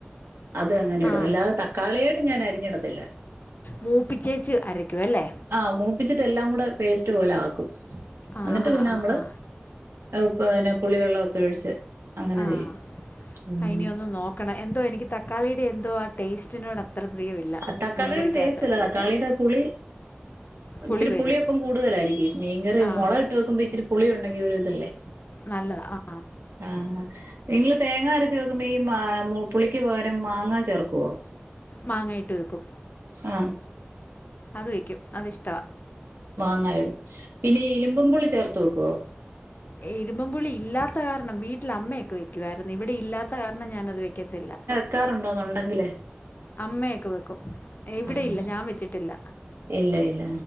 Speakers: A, on the right; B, on the left.
A: അത് അങ്ങനെ ഇടും
B: ആ
A: അല്ലാതെ തക്കാളിയായിട്ട് ഞാൻ അരിഞ്ഞെടത്തില്ല
B: മൂപ്പിച്ചേച്ച് അരയ്ക്കും അല്ലേ
A: ആഹ് മൂപ്പിച്ചിട്ട എല്ലാം കൂടെ പേസ്റ്റ് പോലെ ആക്കും
B: ആ
A: എന്നിട്ട്
B: ആ
A: പിന്നെ
B: ആ
A: നമ്മള്
B: ആ ആ
A: പ്പ പിന്നെ പുളിവെള്ളമൊക്കെ ഒഴിച്ച് അങ്ങനെ
B: ആഹ്
A: ചെയ്യും ഉം
B: ഇനിയോന്ന് നോക്കണം എന്തോ എനിക്ക് തക്കാളിയുടെ എന്തോ ആ ടേസ്റ്റിനോട അത്ര പ്രിയമില്ല
A: ആഹ് തക്കാളിയുടെ
B: മീൻകറിക്കകത്ത്
A: ടേസ്റ്റ്ല്ല തക്കാളിയുടെ പുളി
B: പുളി
A: ഇച്ചിരി
B: വരും
A: പുളിയൊപ്പം കൂടുതലായിരിക്കും മീങ്കറി
B: ആ
A: മുള ഇട്ട് വെക്കുമ്പോ ഇച്ചിരി പുളിയിണ്ടെങ്കി ഒരു ഇതല്ലേ
B: നല്ലത ആ
A: ആഹ് നിങ്ങള് തേങ്ങ അരച്ചവെക്കുമ്പോ ഈ പുളിക്ക് പകരം മാങ്ങാ ചേർക്കുവോ
B: മാങ്ങായിട്ട് വെക്കും
A: ആഹ്
B: അത് വെക്കും അത് ഇഷ്ടവാ
A: മാങ്ങായിടും പിന്നെ ഇലിമ്പൻ പുളി ചേർത്ത് വെക്കുവോ
B: ഇരുമ്പംപുളി ഇല്ലാത്ത കാരണം വീട്ടില അമ്മയൊക്കെ വയ്ക്കുവായിരുന്നു ഇവിടെ ഇല്ലാത്ത കാരണം ഞാനത് വയ്ക്കത്തില്ല
A: വെക്കാറുണ്ടോ അതുണ്ടെങ്കിലെ
B: അമ്മയൊക്കെ വെക്കും ഇവിടെയില്ല
A: ആഹ്
B: ഞാൻ വെച്ചിട്ടില്ല
A: ഇല്ല ഇല്ല